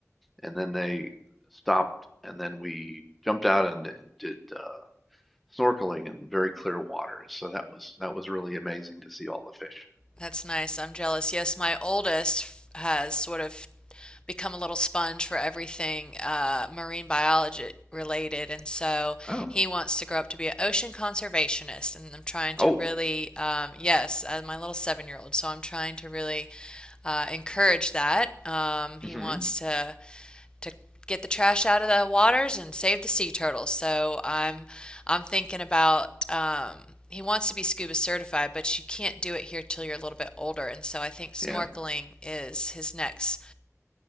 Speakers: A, in the centre; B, on the left.
A: And then they stopped, and then we jumped out and, and did uh, snorkeling in very clear waters. So that was that was really amazing to see all the fish.
B: that's nice. I'm jealous. Yes, my oldest has sort of become a little sponge for everything uh, marine biology related. And so
A: Oh,
B: he wants to grow up to be an ocean conservationist. And I'm trying
A: oh,
B: to really, um, yes, uh, my little seven year old. So I'm trying to really uh, encourage that. Um, he
A: hmm
B: wants to to get the trash out of the waters and save the sea turtles. So I'm I'm thinking about um, he wants to be scuba certified, but you can't do it here till you're a little bit older. And so I think snorkeling
A: yeah,
B: is his next